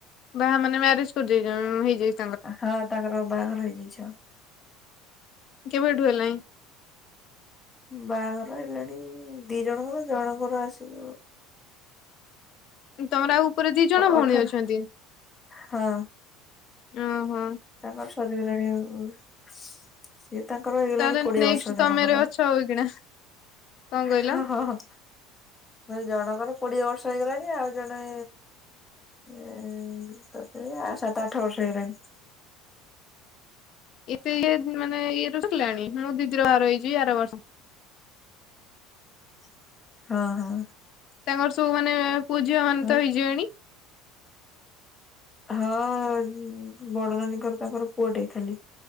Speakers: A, on the left (about 50°); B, on the left (about 15°).
A: ବାହା ମାନେ ମ୍ୟାରେଜ କରି ଯାଇଛନ୍ତି ହେଇଯାଇଚି।
B: ହଁ ତାଙ୍କର ବାହାଘର ହେଇଯାଇଛି ଆଉ
A: କେବେଠୁ ହେଲାଣି?
B: ବାହାଘର ହେଲାଣି ଦି ଜଣଙ୍କର ଜଣଙ୍କର ଆସି
A: ତମର ଆଉ ଉପରେ ଦି ଜଣ ଭଉଣୀ
B: ଅଠର
A: ଅଛନ୍ତି?
B: ହଁ
A: ଓହୋ।
B: ତାଙ୍କର ସରିଗଲାନି ଆଉ ସିଏ ତାଙ୍କର ହେଇଗଲାଣି
A: ତାହେଲେ
B: କୋଡିଏ
A: ନେକ୍ସଟ
B: ବର୍ଷ
A: ତମେରେ
B: ଜଣଙ୍କର
A: ଅଛ ଆଉ ଏଇଖିଣା କଣ କହିଲ?
B: ହଁ ହଁ। ମୁଁ କହିଲି ଜଣଙ୍କର କୋଡିଏ ବର୍ଷ ହେଇଗଲାଣି ଆଉ ଜଣେ ଆ ତଥାବି ସାତ ଆଠ ବର୍ଷ ହେଇଗଲାଣି।
A: ଏତେ ଇଏ ମାନେ ଇଏ ର ସରିଲାଣି ମୁଁ ଦିଦିର ବାହାଘର ହେଇଛି ଆର ବର୍ଷ।
B: <inaudible> ହଁ ହଁ।
A: ତାଙ୍କର ସବୁ ମାନେ ପୂଅ ଝିଅ ମାନେ
B: ହଁ।
A: ତ ହେଇ ଯିବେଣି?
B: ହଁ ବଡନାନୀଙ୍କର ତାଙ୍କର ପୁଅଟେ ଖାଲି,